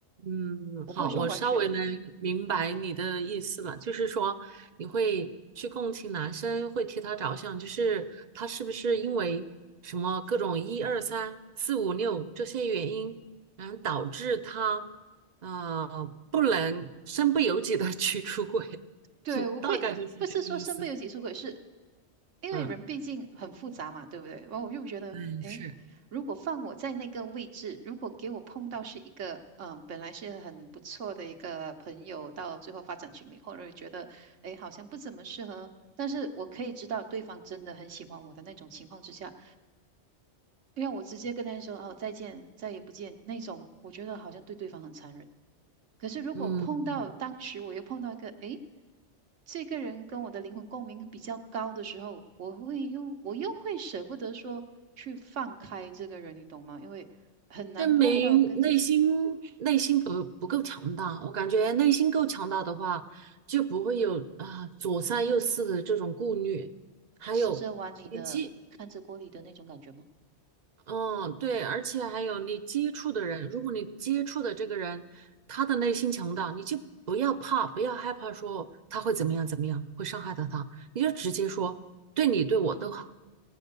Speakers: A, on the right (about 45°); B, on the right (about 85°).
A: 嗯，
B: 我不会说完全
A: 好，我稍微能明白你的意思了，就是说你会去共情男生，会替他着想，就是他是不是因为什么各种一二三四五六这些原因，然后导致他呃不能身不由己的 <laughs> 去出轨，
B: 对，
A: <laughs>
B: 我会不是说身不由己出轨，
A: 大概就是这个意思。
B: 是因为人毕竟很复杂嘛，
A: 嗯，
B: 对不对？然后我又觉得，
A: 嗯，
B: 诶，
A: 是，
B: 如果放我在那个位置，如果给我碰到是一个，嗯，本来是很不错的一个朋友，到最后发展群里或者觉得，诶，好像不怎么适合，但是我可以知道对方真的很喜欢我的那种情况之下。因为我直接跟他说哦再见，再也不见那种，我觉得好像对对方很残忍。可是如果碰到当时我又碰到一个，
A: 嗯。
B: 诶，这个人跟我的灵魂共鸣比较高的时候，我会又我又会舍不得说去放开这个人，你懂吗？因为很难碰到跟自己
A: 证明内心内心不不够强大。我感觉内心够强大的话，就不会有啊左三右四的这种顾虑。还有你接，
B: 吃着碗里的看着锅里的那种感觉吗？
A: 嗯，对，而且还有你接触的人，如果你接触的这个人他的内心强大，你就不要怕，不要害怕说他会怎么样怎么样，会伤害到他，你就直接说对你对我都好。